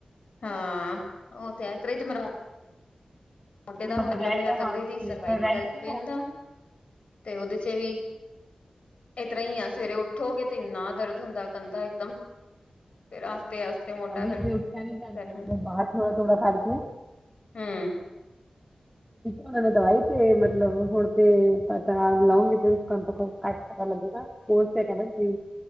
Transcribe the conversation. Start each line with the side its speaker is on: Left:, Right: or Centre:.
Left: ਹਾਂ, ਉਹ ਤੇ ਆ ਮ ਮੁੰਡੇ ਦਾ
Centre: ਮਤਲਬ
Left: ਹੁਣੁ ਲਮਿਆ
Centre: ਰੈਡ
Left: ਕਦੇ
Centre: ਹਾਂਜੀ
Left: ਦੀ ਸਰਵਾਈਕਲ
Centre: ਫਿਰ ਰੈਡ ਨਹੀਂ
Left: ਪ
Centre: ਹੋ
Left: ਦਾ <unintelligible> ਤੇ ਉਹਦੇ ਚ ਵੀ ਇਸ ਤਰ੍ਹਾਂ ਹੀ ਆ ਸਵੇਰੇ ਉੱਠੋਗੇ ਤੇ ਇੰਨਾ ਦਰਦ ਹੁੰਦਾ ਕੰਧ ਇਕਦਮ ਫਿਰ ਆਸਤੇ ਮੋਢਾ
Centre: ਅ ਵੀ
Left: ਫਿਰ
Centre: ਤੇੇ ਉੱਠਿਆ ਨੀ
Left: ਸੈਟ
Centre: ਜਾਂਦਾ
Left: ਹੁੰਦਾ
Centre: ਉਹਦਾ ਬਾਹਰ ਥੋੜਾ -ਥੋੜਾ ਕਰਕੇ
Left: ਹੂੰ। <inaudible>
Centre: ਉਹਨਾਂ ਨੇ ਦਵਾਈ ਤੇ ਮਤਲਬ, ਹੁਣ ਤੇ, ਪਤਾ ਲਾਉਂਗੇ ਘੱਟ ਤੋਂ ਘੱਟ ਪਤਾ ਲੱਗੇਗਾ, ਕੋਲ ਤਾਂ ਹੈਵਨ ਜੀ।